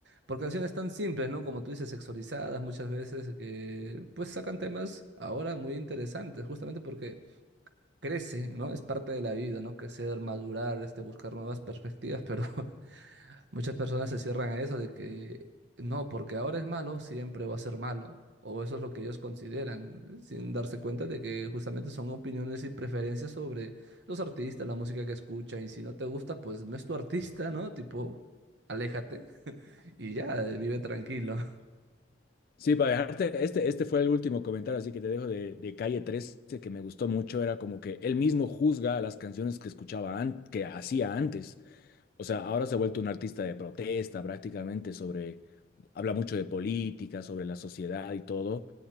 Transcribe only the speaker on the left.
Sí, para dejarte, este, este fue el último comentario, así que te dejo de, de Calle trece que me gustó mucho, era como que él mismo juzga las canciones que escuchaba, an- que hacía antes. O sea, ahora se ha vuelto un artista de protesta prácticamente sobre, habla mucho de política, sobre la sociedad y todo.